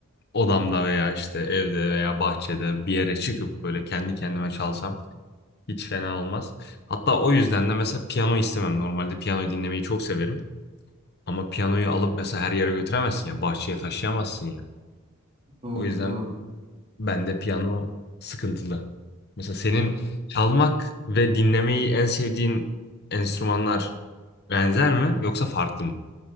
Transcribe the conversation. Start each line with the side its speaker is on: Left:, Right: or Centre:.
Left: odamda veya işte evde veya bahçede bir yere çıkıp böyle kendi kendime çalsam hiç fena olmaz. Hatta o yüzden de mesela piyano istemem. Normalde piyano dinlemeyi çok severim ama piyanoyu alıp mesela her yere götüremezsin ya bahçeye taşıyamazsın ya.
Right: doğru
Left: O yüzden
Right: doğru.
Left: bende piyano sıkıntılı. Mesela senin
Right: Evet.
Left: çalmak ve dinlemeyi en sevdiğin enstrümanlar benzer mi yoksa farklı mı?